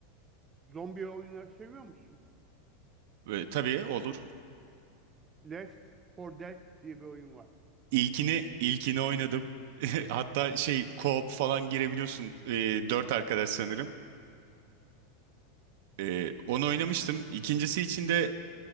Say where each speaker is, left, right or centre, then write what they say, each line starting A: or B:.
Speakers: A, on the right; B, on the right.
A: zombi oyunları seviyor musun?
B: Ee, tabii olur.
A: Left 4 Dead diye bir oyun var.
B: İlkini ilkini oynadım. <laughs> Hatta şey co-op falan girebiliyorsun. Ee, dört arkadaş sanırım. Ee, onu oynamıştım. İkincisi için de